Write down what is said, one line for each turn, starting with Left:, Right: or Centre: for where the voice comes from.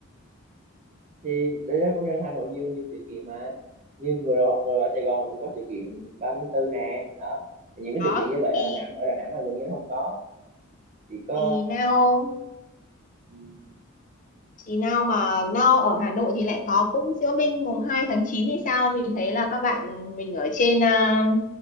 Right: thì đấy đó công nhân Hà Nội nhiều nhiều sự kiện mà như vừa rồi vừa rồi ở Sài Gòn cũng có sự kiện ba tháng tư nè đó thì những cái
Left: Đó
Right: sự kiện như vậy ở
Left: thì
Right: Đà Nẵng ở Đà Nẵng là gần như nó không có chỉ có
Left: thì now
Right: ừ,
Left: Thì nào mà nào ở Hà Nội thì lại có cũng diễu binh mùng 2 tháng 9 thì sao? Mình thấy là các bạn mình ở trên à,